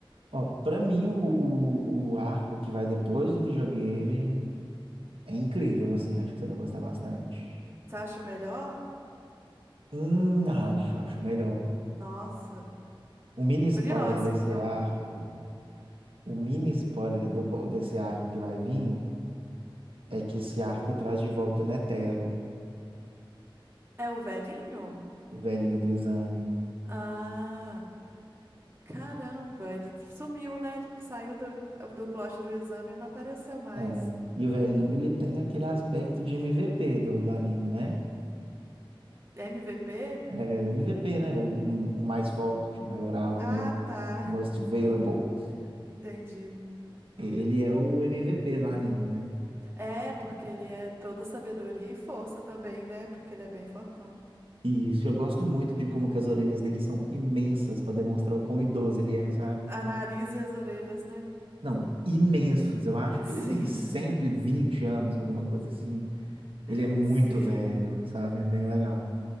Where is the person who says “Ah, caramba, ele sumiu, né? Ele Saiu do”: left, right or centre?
Right